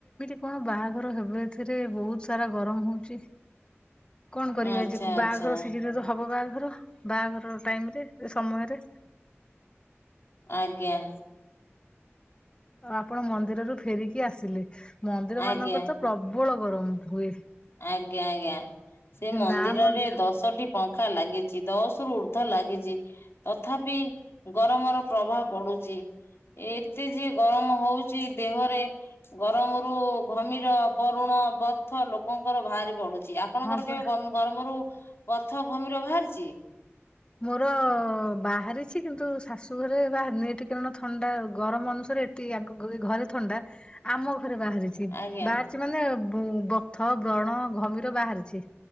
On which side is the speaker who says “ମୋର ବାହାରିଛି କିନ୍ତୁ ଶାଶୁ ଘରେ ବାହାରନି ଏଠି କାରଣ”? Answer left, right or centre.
Left